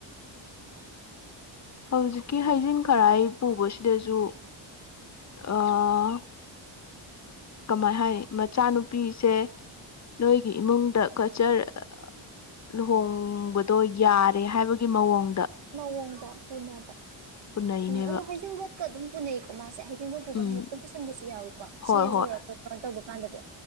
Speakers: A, on the left; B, on the right.
A: ꯍꯧꯖꯤꯛꯀꯤ ꯍꯩꯖꯤꯡ ꯈꯔ ꯑꯩ ꯄꯨꯕꯁꯤꯗꯁꯨ ꯑꯥ ꯀꯃꯥꯏ ꯍꯥꯏꯅꯤ ꯃꯆꯥꯅꯨꯄꯤꯁꯦ ꯅꯣꯏꯒꯤ ꯏꯃꯨꯡꯗ ꯀꯠꯆꯔ ꯑ ꯂꯨꯍꯣꯡꯕꯗꯣ ꯌꯥꯔꯦ ꯍꯥꯏꯕꯒꯤ ꯃꯑꯣꯡ
B: ꯃꯑꯣꯡꯗ ꯇꯤꯅꯕ
A: ꯄꯨꯅꯩꯅꯦꯕ
B: ꯎꯝ ꯑꯗꯣ ꯍꯩꯖꯤꯡꯕꯣꯠꯀ ꯑꯗꯨꯝ ꯄꯨꯅꯩꯀꯣ ꯃꯥꯁꯦ ꯍꯖꯤꯡꯕꯣꯠ ꯄꯨꯕ
A: ꯎꯝ
B: ꯅꯨꯃꯤꯠꯇ ꯄꯨ <unintelligible> ꯌꯥꯎꯏꯀꯣ
A: ꯍꯣꯏ
B: ꯆꯦꯜꯂꯨꯔꯒ
A: ꯍꯣꯏ
B: ꯀꯩꯅꯣ ꯇꯧꯕ ꯀꯥꯟꯗꯗꯤ